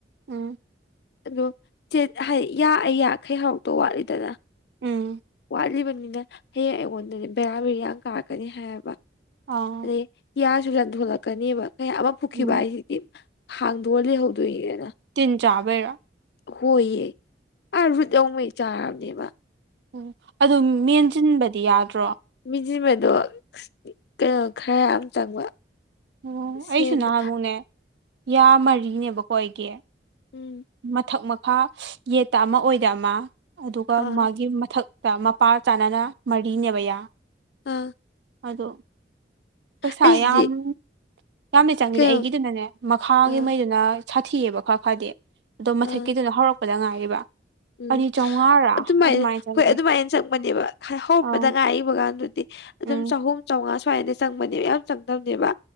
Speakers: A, on the right; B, on the left.
A: ꯎꯝ
B: ꯑꯗꯣ ꯍꯥꯏꯗꯤ ꯌꯥꯑ ꯌꯥꯈꯩ ꯍꯧꯔꯛꯇꯣ ꯋꯥꯠꯂꯤꯗꯅ
A: ꯎꯝ
B: ꯀꯠꯂꯤꯕꯅꯤꯅ ꯍꯌꯦꯡ ꯑꯩꯉꯣꯟꯗꯗꯤ ꯕꯦꯔꯥ ꯕꯤꯦꯔꯤꯌꯥ ꯀꯥꯔꯛꯀꯅꯤ ꯍꯥꯏꯌꯦꯕ
A: ꯑꯥ
B: ꯑꯗꯩ ꯀꯤꯌꯥꯁꯨ ꯂꯟꯊꯣꯂꯛꯀꯅꯦꯕ ꯀꯌꯥ ꯑꯃ ꯄꯨꯈꯤꯕ
A: ꯎꯝ
B: ꯍꯥꯏꯁꯤꯗꯤ ꯍꯥꯡꯗꯣꯔ ꯂꯩꯍꯧꯗꯣꯏꯁꯤꯗꯅ
A: ꯇꯤꯟ ꯆꯥꯕꯩꯔꯥ
B: ꯍꯣꯏꯌꯦ ꯑꯥ ꯔꯨꯠ ꯂꯧꯧꯉꯩ ꯆꯥꯔꯕꯅꯦꯕ
A: ꯎꯝ ꯑꯗꯨ ꯃꯦꯟꯁꯤꯟꯕꯗꯤ ꯌꯥꯗ꯭ꯔꯣ
B: ꯃꯤꯁꯤꯕꯗꯣ ꯀꯩꯅꯣ ꯈꯔ ꯌꯥꯝ ꯆꯪꯕ
A: ꯑꯣ
B: ꯁꯦꯟꯗꯣ
A: ꯑꯩꯁꯨ ꯅꯍꯥꯟꯃꯨꯛꯅꯦ ꯌꯥ ꯃꯔꯤꯅꯦꯕꯀꯣ ꯑꯩꯒꯤ
B: ꯎꯝ
A: ꯃꯊꯛ ꯃꯈꯥ ꯌꯦꯠꯇ ꯑꯃ ꯑꯣꯏꯗꯕ ꯑꯃ ꯑꯗꯨꯒ
B: ꯑꯥ
A: ꯃꯥꯒꯤ ꯃꯊꯛ ꯃꯄꯥ ꯆꯥꯅꯅ ꯃꯔꯤꯅꯦꯕ ꯌꯥ
B: ꯑꯥ
A: ꯑꯗꯣ ꯄꯩꯁꯥ
B: ꯑꯩꯁꯤꯗꯤ
A: ꯌꯥꯝ ꯌꯥꯝꯗꯤ ꯆꯪꯉꯗꯦ
B: ꯀꯩꯅꯣ
A: ꯑꯩꯒꯤꯗꯨꯅꯅꯦ ꯃꯈꯥꯒꯤꯉꯩꯗꯨꯅ
B: ꯑꯥ
A: ꯁꯥꯊꯤꯑꯕ ꯈꯔ ꯈꯔꯗꯤ ꯑꯗꯣ ꯃꯊꯛꯀꯤꯗꯨꯅ
B: ꯑꯥ
A: ꯍꯧꯔꯛꯄꯗ ꯉꯥꯏꯔꯤꯕ
B: ꯎꯝ
A: ꯑꯅꯤ ꯆꯥꯝꯃꯉꯥꯔꯥ
B: ꯑꯗꯨꯃꯥꯏꯅ
A: ꯆꯪꯒꯦ
B: ꯍꯣꯏ ꯑꯗꯨꯃꯥꯏꯅ ꯆꯪꯕꯅꯦꯕ ꯍꯧꯔꯛꯄꯗ
A: ꯑꯧ
B: ꯉꯥꯏꯕ ꯀꯥꯟꯗꯨꯗꯤ ꯑꯗꯨꯝ
A: ꯎꯝ
B: ꯆꯍꯨꯝ ꯆꯥꯝꯃꯉꯥ ꯁ꯭ꯋꯥꯏꯗ ꯆꯪꯕꯅꯦꯕ ꯌꯥꯝ ꯆꯪꯗꯝꯅꯦꯕ